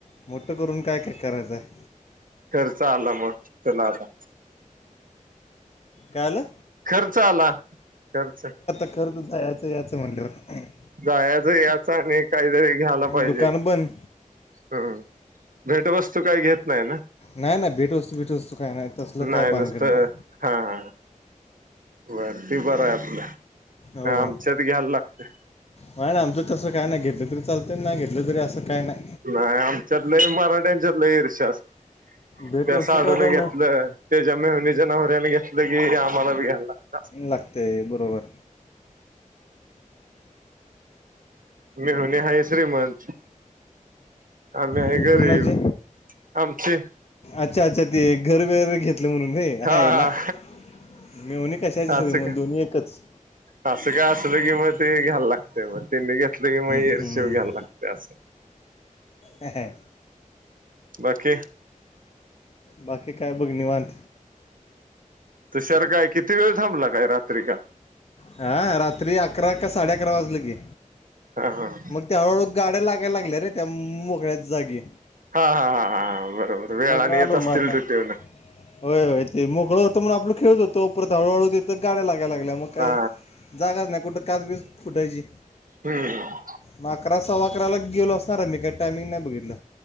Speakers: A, on the left; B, on the right.
A: मोठं करून काय काय करायचं हाय.
B: खर्च आला मग त्याला आता.
A: काय आलं?
B: खर्च आला खर्च.
A: खर्चच हाय. याचं म्हणल्यावर
B: जायचं याच आणि काहीतरी घ्यायला पाहिजे
A: दुकान बंद.
B: हम्म. भेटवस्तू काय घेत नाही ना?
A: नाय नाय. भेटवस्तू बीटवस्तू का नाय. तसलं
B: नाही
A: काय
B: नुसतं
A: भानगड नाही.
B: हा हा. वरती बरं हाय आपल.
A: हो
B: नाही आमच्यात घ्यायला लागतय.
A: नाही आमचं तसं काय नाही घेतलं तरी चालतय ना घेतलं तरी असं काय नाय.
B: नाही आमच्यातलं मराठ्यांच्यातलं लई ईर्षा अस
A: भेटवस्तू
B: त्या साडून
A: काय पण
B: घेतलं. त्याच्या मेहुणीच्या नवऱ्याने घेतलं की आम्हाला बी घ्यायला लाग
A: लागतय बरोबर.
B: मेव्हणी हाय श्रीमंत. आम्ही आहे
A: कु-
B: गरीब.
A: कुणाची
B: आमची
A: अच्छा अच्छा. ते घर वगरे घे म्हणून होय.
B: हा
A: <unintelligible> मेवणी कशाची श्रीमंत
B: असं का
A: दोन्ही एकच.
B: असं काय असलं की मग ते घ्यायला लागतय. मग त्यांनी घेतलं की मग इरशेवर
A: हम्म.
B: घ्याला ला ते असं.
A: अह्या.
B: बाकी
A: बाकी काय बघ निवांत.
B: तुषार काय किती वेळ थांबला काय रात्री काल?
A: हा. रात्री अकरा का साडे अकरा वाजले की.
B: हा हा हा.
A: मग त्या हळूहळू गाड्या लागायला लागल्या रे त्या मोकळ्या जागी.
B: हा हा हा हा बरोबर वेळाने
A: मंग
B: येत
A: आलो
B: असतील
A: म आता.
B: ड्युटीवरनं
A: होय ते मोकळं होतंण आपलं खेळत होतो परत हळूहळू देतं गाड्या लागयला लागल्या मग काय
B: हा
A: जागाच नाही कुठं काचबीज फुटायची.
B: हम्म.
A: मग अकरा सव्वा अकरा ला गेलो असणार मी काय टायमिंग नाही बघितलं.